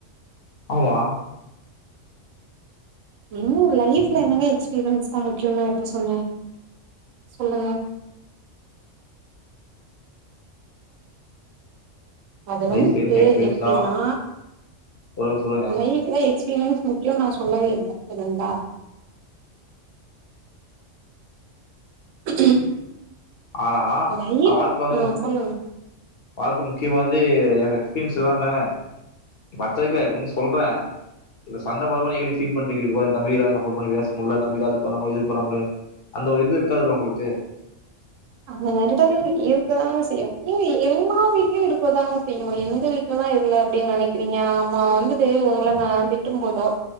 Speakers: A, on the left; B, on the right.
A: ஆம்மா
B: இன்னு லைஃப்ல என்னங்க எக்ஸ்பீரியன்ஸ் தா முக்கியனு நா எப்ப சொன்னே சொல்லுங்க அது
A: லைஃப்
B: வந்துட்டு
A: என்ன எக்ஸ்பீரியன்ஸ்
B: எப்டின்னா
A: தா சொல்லுங்க சொல்லுங்க
B: லைஃப்ல எக்ஸ்பீரியன்ஸ் முக்கியோ நா சொல்லவே இல்லை சரிங்களா <inaudible>
A: ஆனா
B: லைஃப்
A: வாழ்க்க வந்து
B: ஆ சொல்லுங்க
A: வாழ்கை முக்கியமா வந்து எக்ஸ்பீரியன்ஸ் இல்லாம மத்ததுக்லா இர்க்கனு சொல்ற இவ சண்ட பண்ண மாணரி நீங்களி சீட் பன்றிகில் இதுவே என் தந்தையிரா சப்போட் பண்ணி வேஸ் முல்லா இருந்தா விவாதத்தலாம்மு இது பண்ண முலே அந்த ஒ இது இருக்காதுல்ல உங்ளுக்கு
B: அந்த நெரடல் இருக்குதாங்க செய்யு ஏங்க எல்லா வீட்லியு இருக்கதாங்க செய்யு எந்த வீட இதல்லா இல்ல அப்டி நனைக்கிறீங்க ஆமா வந்துட்டு உங்கள நா திட்டும் போதோ